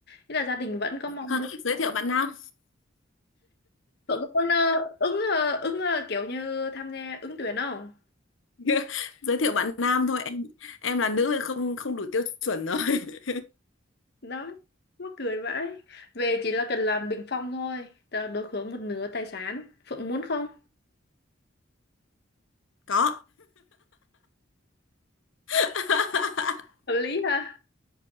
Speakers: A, on the left; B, on the left.
A: nghĩa là gia đình vẫn có mong
B: Ha,
A: muốn
B: giới thiệu bạn nam
A: cậu có muốn ờ, ứng ờ, ứng ờ, kiểu như tham gia ứng tuyển không
B: <laughs> giới thiệu bạn nam thôi em em là nữ thì không không đủ tiêu chuẩn rồi <laughs>
A: đó mắc cười vãi về chỉ là cần làm bình phong thôi ta đối hướng một nửa tài sản Phượng muốn không
B: có <laughs>
A: hợp lý ha